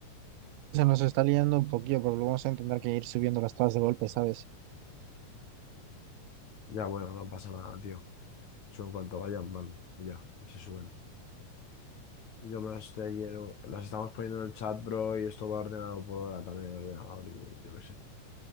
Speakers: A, on the right (about 85°); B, on the left (about 60°).
A: se nos está liando un poquillo, porque luego vamos a tener que ir subiendo las tablas de golpe, ¿sabes?
B: Ya, bueno, no pasa nada, tío. Son cuanto vayan, van. Ya, se suben. Yo me las quiero. Las estamos poniendo en el chat, bro, y esto va ordenado por hora también en el ordenador y yo qué sé.